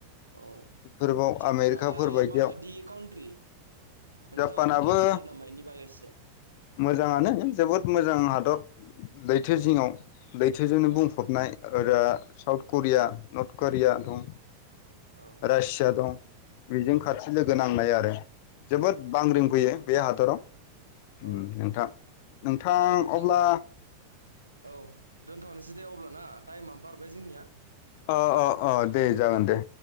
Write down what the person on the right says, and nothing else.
औ
जापानालाय
माबायदि काउट्रि? नोंथाङा
खोन्थानो हागोन नामा इनि बागै इसे?
औ
औ
औ
औ
औ
औ
औ
दे नोंथां
औ दोनथ'नोसै दे अब्लाना टाइमाबो बारबाय जोंनिया।